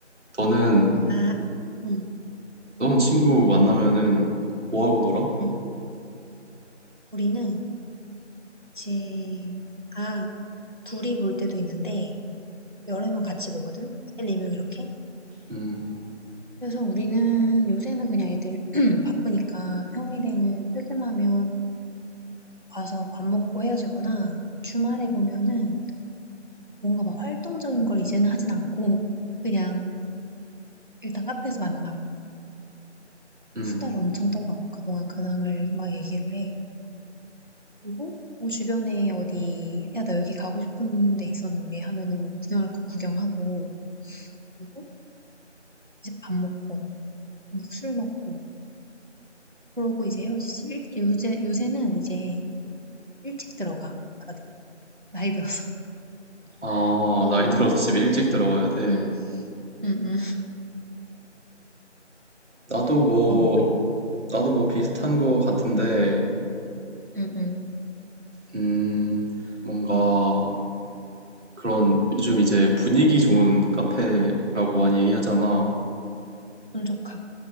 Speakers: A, on the right; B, on the right.
A: 너는
B: 아, 응,
A: 너는 친구 만나면은 뭐 하고 놀아?
B: 응. 우리는 이제, 아, 둘이 볼 때도 있는데, 여러 명 같이 보거든? 세, 네 명 이렇게.
A: 음,
B: 그래서 우리는 요새는 그냥 애들 <clears throat> <laughs> 바쁘니까 평일에는 퇴근하면 와서 밥 먹고 헤어지거나 주말에 보면은 뭔가 막 활동적인 걸 이제는 하진 않고 그냥 일단 카페에서 만나.
A: 음.
B: 수다를 엄청 떨어. 그동안 근황을 막 얘기를 해. 그리고 뭐 주변에 어디, 야, 나 여기 가고 싶은 데 있었는데 하면은 뭐 구경할 거 구경하고, 그리고 이제 밥 먹고, 술 먹고, 그러고 이제 헤어지지. 일, 요새, 요새는 이제 일찍 들어가. 다들 나이 들어서.
A: 아,
B: <laughs> 너는?
A: 나이 들어서 집에 일찍 들어가야 돼.
B: 응, 응, 응.
A: 나도 뭐
B: 넌 뭐해?
A: 나도 뭐 비슷한 것 같은데
B: 응, 응.
A: 음, 뭔가 그런 요즘 이제 분위기 좋은 카페라고 많이 얘기하잖아.
B: 운 좋다.